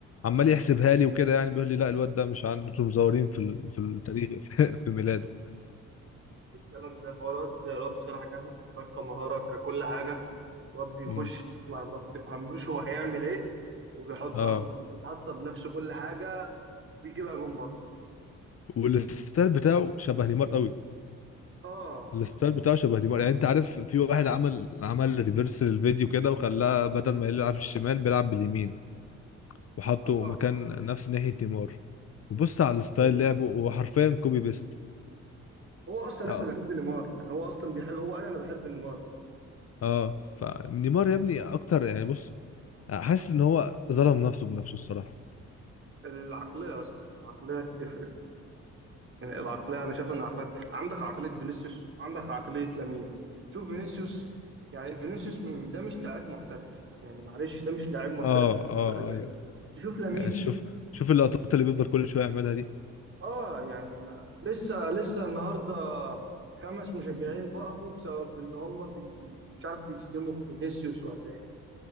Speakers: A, on the left; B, on the right.
A: عمال يحسبها لي وكده يعني بيقول لي لا الواد ده مش عنده انتوا مزورين في ال- في التاريخ <laughs> في ميلاده
B: الكلام ده هو الواد الواد بصراحة جامد الواد كمهارة ككل حاجة الواد بيخش
A: مم.
B: ما ما بتفهملوش هو هيعمل ايه وبيحطها
A: اه
B: بنفس الحطة بنفس كل حاجة ويجيبها جون برضه
A: والستايل بتاعه شبه نيمار قوي
B: اه
A: الستايل بتاعه شبه نيمار يعني انت عارف في واحد عمل عمل ريفرس للفيديو كده وخلاه بدل ما يلعب الشمال بيلعب باليمين وحطه
B: اه
A: مكان نفس ناحية نيمار وبص
B: م-
A: على الستايل
B: م-
A: لعبه هو حرفيا كوبي بيست
B: هو اصلا
A: اه
B: لسه بيحب نيمار يعني هو اصلا بيحب هو قال انا بحب نيمار
A: اه فنيمار يا ابني اكتر يعني بص حاسس ان هو ظلم نفسه بنفسه الصراحة
B: العقلية يا اسطى العقلية تفرق يعني العقلية أنا شايف إن العقلية عندك عقلية فينيسيوس عندك عقلية لامين شوف فينيسيوس يعني فينيسيوس م- ده مش لاعب محترف يعني معلش ده مش لاعب محترف
A: اه اه
B: في الريال
A: ايوه
B: تشوف لامين
A: يعني شوف شوف اللقطات اللي بيفضل كل شوية يعملها دي
B: آه يعني ما لسه لسه النهاردة خمس مشجعين توقفوا بسبب إن هم بي... مش عارف بيشتموا في فينيسيوس ولا إيه